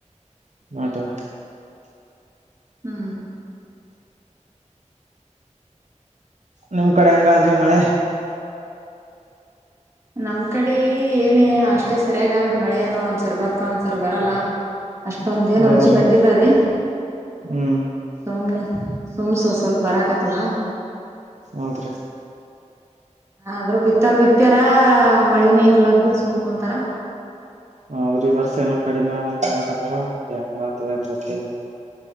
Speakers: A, on the right; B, on the right.
A: ನಾಟ್ಯವ
B: ಹ್ಮ
A: ನಿಮ್ ಕಡೆ ಹೆಂಗಾದ್ರಿ ಮಳೆ
B: ನಮ್ ಕಡೆ ಏನೇ ಅಷ್ಟೇ ಸರಿಯಾಗ್ ಆದ್ರಿ ಮಳೆಯನ್ನು ಒಂದ್ಸರಿ ಬರ್ತಾ ಒಂದ್ಸರಿ ಬರಲ್ಲ ಅಷ್ಟೊಂದ ಏನು
A: ಹೌದ್ರಿ
B: ವಜ್ಜಿ ಬಂದಿಲ್ಲ ರೀ
A: ಹ್ಮ್
B: ಸುಮ್ನೆ ಸಮೂಸ ಸಲ್ ಬರ ಕತಾ
A: ಹೌದ್ರಿ
B: ಅದ್ರು ಬೀ <unintelligible> ಮ ಮಳಿನೇ ಇರ್ಲಾರದು ಸುಮಕೊಂತಾರ
A: ಹೌದ್ರಿ ವರ್ಸ ಏನೋ ಕಡಿಮೆ ಆಂತ ಹತರ ಮತ್ತೆ ಹೆಂಗ ಆತದ ಏನ್ ಗೊತ್ತಿಲ್ಲ